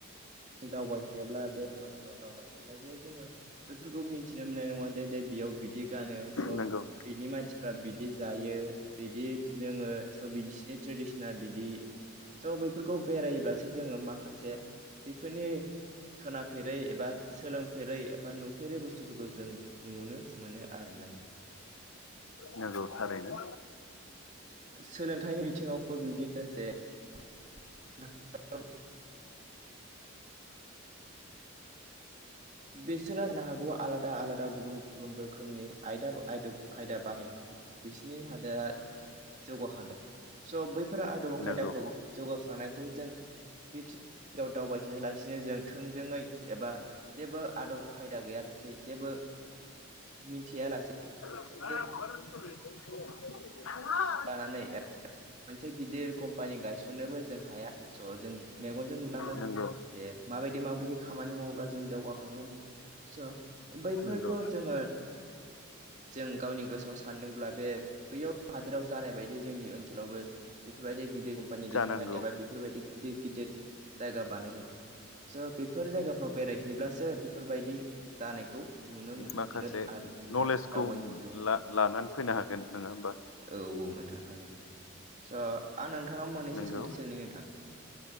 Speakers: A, on the right; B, on the left.
A: दावबायहैयाब्ला बे अरुणाचलाव दावबायहैयाब्ला जे जोङो बेफोरखौ मिन्थिनो मोननाय नङा दे-दे बेयाव बिदि गानो स'
B: नंगौ
A: बिनि मानसिफ्रा बिदि जायो। बिदि लोङो स' बिसिनि ट्रेडिसना बिदि स' बैफोरखौ बेरायोब्ला सो जोङो माखासे बेफोरनि। खोनाफेरै एबा सोलोंफेरै एबा नुफेरै बुस्थुफोरखौ जों नुनो मोनो आरो
B: नंगौ थारैनो।
A: सोलोंथाइनि बिथिङावबो बिब्दिनो जे <unintelligible> बिसोरो जानो हागौ आलादा आलादा गुबुन-गुबुन रोखोमनि आयदा आदब खायदा बाहाय बिसिनि हादोआ जौगाखांदों स' बैफोरा आदबाव खायदाखौ
B: नंगौ
A: जौगाखा खौ जों बि दाव-दावबायहैयालासिनो जों थोंजोङै एबा जेबो आदब खायदा गैयालासेै जेबो मिथियालासे।
B: <unintelligible>
A: जों जानानै मोनसे गिदिर कम्पानि गायसननोबो जों हाया स' जों मेगनजों नु नांगोन
B: नंगौ
A: जे माबायदि माबायदि खामानि मावोब्ला जों दावगाखांगोन। स' बैफोरखौ
B: नंगौ
A: जोङो जों गावनि गोसोआव सानदोंब्ला बे बैयाव हादोराव जानाय बायदि जोंनि ओनसोलावबो बेफोरबायदि गिदिर कम्पानि
B: जानांगौ
A: दैेखांगोन एबा बेफोरबायदि गिदिर गिदिर जायगा बानायगोन स' बेफोर जायगाफ्राव बेरायहैब्लासो बेफोरबायदि जानायखौ नुनो मोनगोन
B: माखासे
A: आरो नोंथां
B: नलेजखौ
A: दावबायहैब्ला
B: ला-लानानै फैनो हागोन। नङा होमबा?
A: औ-औ नोंथां हागोन स' आं नोंथांनाव मोननैसो
B: नंगौ
A: सोंथि सोंनि नोंथां?